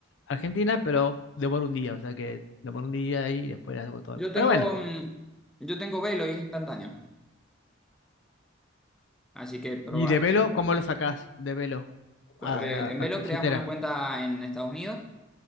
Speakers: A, on the left (about 65°); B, in the centre.
A: argentina, pero demora un día, o sea que demora un día y después hago todo.
B: Yo tengo,
A: Pero bueno,
B: mm, yo tengo Velo y es instantáneo, así que probar.
A: y de velo, ¿cómo lo sacás de velo a,
B: eh, En
A: a,
B: Velo
A: a tu billetera?
B: creas una cuenta en Estados Unidos,